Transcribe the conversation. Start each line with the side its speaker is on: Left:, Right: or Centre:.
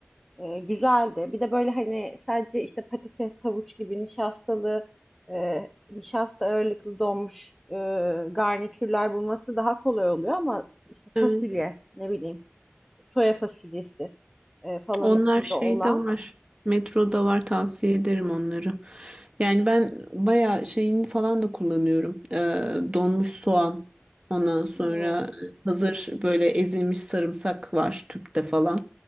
Centre: Ee, güzeldi. Bir de böyle hani sadece işte patates, havuç gibi nişastalı, e, nişasta ağırlıklı donmuş e, garnitürler bulması daha kolay oluyor ama işte
Right: Evet.
Centre: fasulye, ne bileyim, soya fasulyesi e, falan
Right: Onlar
Centre: içinde
Right: şeyde
Centre: olan.
Right: var. Metroda var tavsiye ederim onları. Yani ben bayağı şeyini falan da kullanıyorum. Ee, donmuş soğan. Ondan sonra
Centre: Hmm.
Right: hazır böyle ezilmiş sarımsak var tüpte falan.